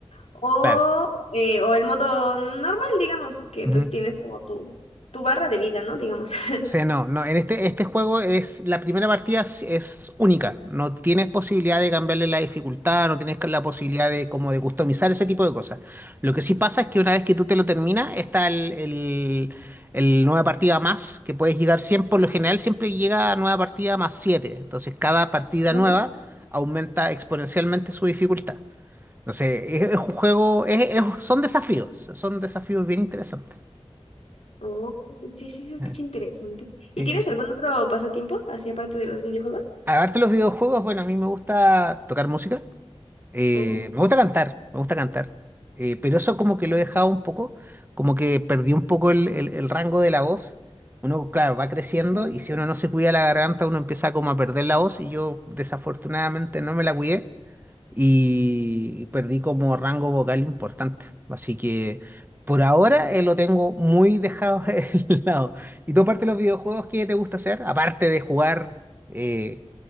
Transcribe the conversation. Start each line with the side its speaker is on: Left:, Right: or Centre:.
Left: O,
Right: claro.
Left: eh, o el modo normal, digamos, que
Right: Ujú.
Left: pues tienes como tu, tu barra de vida, ¿no? Digamos. <laughs>
Right: Sí, no, no, en este, este juego es la primera partida es, es única. No tienes posibilidad de cambiarle la dificultad, no tienes la posibilidad de como de customizar ese tipo de cosas. Lo que sí pasa es que una vez que tú te lo terminas, está el, el, el nueva partida más, que puedes llegar siempre, por lo general siempre llega a nueva partida más 7. Entonces cada partida
Left: Ujú.
Right: nueva aumenta exponencialmente su dificultad. Entonces, es, es un juego, es- es- son desafíos, son desafíos bien interesantes.
Left: Oh, sí, sí, se escucha
Right: Eh,
Left: interesante. ¿Y
Right: Sí,
Left: tienes
Right: sí, sí.
Left: algún otro pasatiempo, así aparte de los videojuegos?
Right: Aparte de los videojuegos, bueno, a mí me gusta tocar música, eh,
Left: Oh,
Right: me gusta cantar, me gusta cantar, eh, pero eso como que lo he dejado un poco, como que perdí un poco el, el- el rango de la voz. Uno, claro, va creciendo
Left: No,
Right: y si uno no se cuida la garganta, uno empieza como a perder la voz y yo desafortunadamente no me la cuidé y y perdí como rango vocal importante. Así que por ahora eh, lo tengo muy dejado <laughs> de lado. ¿Y tú aparte de los videojuegos, qué te gusta hacer? Aparte de jugar eh,